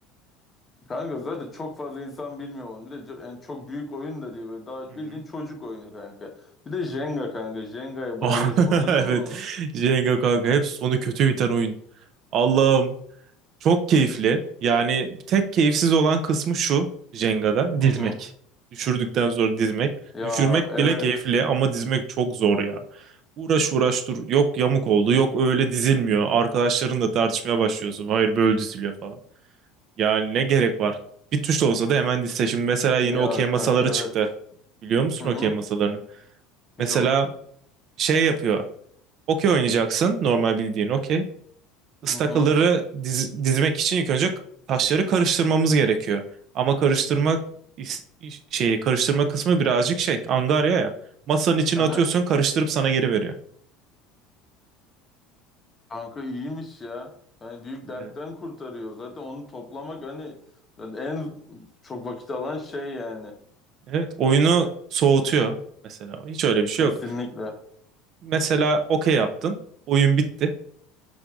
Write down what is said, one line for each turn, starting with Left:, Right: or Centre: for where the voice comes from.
Left: Kanka zaten çok fazla insan bilmiyor onu. Bir de co- yani çok büyük oyun da değil böyle daha
Right: Hı
Left: bildiğin
Right: hı.
Left: çocuk
Right: <laughs>
Left: oyunu kanka. Bir de Jenga kanka. Jenga'ya
Right: Ah,
Left: bayılırım.
Right: <laughs>
Left: Oynadın
Right: Evet.
Left: mı onu?
Right: Jenga kanka hep sonu kötü biten oyun. Allah'ım. Çok keyifli. Yani tek keyifsiz olan kısmı şu Jenga'da
Left: Hı
Right: dizmek.
Left: hı.
Right: Düşürdükten sonra dizmek.
Left: Ya
Right: Düşürmek
Left: evet.
Right: bile keyifli ama dizmek çok zor ya. Uğraş uğraş dur. Yok yamuk oldu. Yok öyle dizilmiyor. Arkadaşlarınla tartışmaya başlıyorsun. Hayır böyle diziliyor falan. Yani ne gerek var? Bir tuşla olsa da hemen dizse. Şimdi mesela yeni
Left: Ya
Right: okey masaları
Left: kanka evet.
Right: çıktı. Biliyor musun
Left: Hı hı.
Right: okey masalarını? Mesela
Left: Yok.
Right: şey yapıyor. Okey oynayacaksın. Normal bildiğin okey ıstakaları
Left: Hı hı.
Right: diz- dizmek için ilk önce taşları karıştırmamız gerekiyor. Ama karıştırma is- iş- şeyi karıştırma kısmı birazcık şey angarya ya. Masanın içine
Left: Evet.
Right: atıyorsun karıştırıp sana geri veriyor.
Left: Kanka iyiymiş ya. Yani büyük dertten
Right: Evet.
Left: kurtarıyor. Zaten onu toplamak hani zaten en çok vakit alan şey yani.
Right: Evet oyunu soğutuyor mesela. Hiç öyle bir şey
Left: Kesinlikle.
Right: yok. Mesela okey yaptın. Oyun bitti.